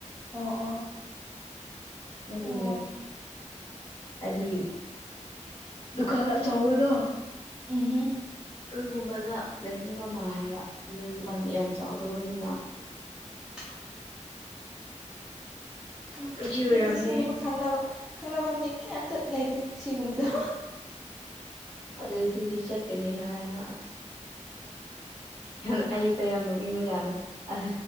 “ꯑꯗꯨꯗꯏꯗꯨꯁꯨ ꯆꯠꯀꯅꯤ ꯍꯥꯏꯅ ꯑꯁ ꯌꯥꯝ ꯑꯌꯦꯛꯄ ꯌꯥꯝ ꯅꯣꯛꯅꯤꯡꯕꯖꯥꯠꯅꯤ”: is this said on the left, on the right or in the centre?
Left